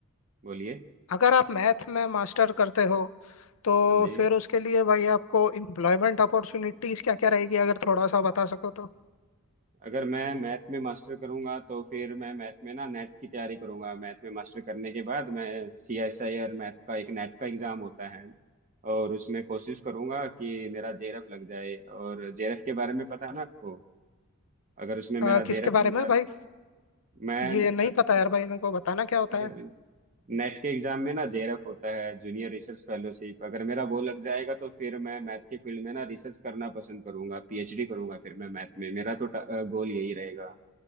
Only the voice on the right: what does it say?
बोलिए
हाँ जी
अगर मैं मैथ में मास्टर करूंगा तो फिर मैं मैथ में ना नेट की तैयारी करूंगा मैथ में मास्टर करने के बाद मैं C S I R math का एक नेट का एग्जाम होता है और उसमें कोशिश करूंगा कि मेरा जेरफ लग जाए और जेरफ के बारे में पता है ना आपको अगर उसमें मेरा
जेरफ
लग
जाए
मैं
नेट
नेट के एग्जाम में ना जेआरएफ होता है जूनियर रिसर्च फेलोशिप अगर मेरा वो लग जाएगा तो फिर मैं मैथ के फील्ड में ना रिसर्च करना पसंद करूंगा पीएचडी करूंगा फिर मैं मैथ में मेरा तो गोल यही रहेगा